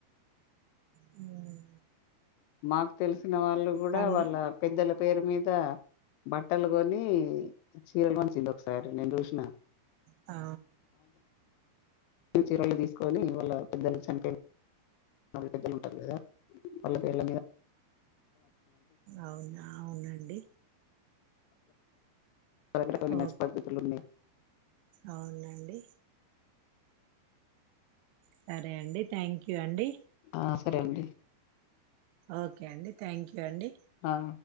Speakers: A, on the right; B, on the left.
A: హ్మ్మ్
B: మాకు తెలిసి వ వాళ్ళు కూడా
A: పండ్లు
B: వాళ్ళ పెద్దల పేరు మీద త బట్టలు కొని చీర కొని కిందఒక సారి నె జూసిన
A: అ
B: చీరలు తీసుకొని వాళ్ళ పెద్దలు చనిపో బట్టలు <unintelligible> పెట్టుకుంటాం గదా వాళ్ళ పేర్లమీద
A: అవునా అవునండి
B: దర కొన్ని
A: ఓ
B: మంచి పద్ధతులు ఉన్నాయి
A: అవునండి సరే అండి థ్యాంక్ యూ అండి
B: ఆ సరే అండి
A: ఓకే అండి థాంక్యూ అండి
B: ఆ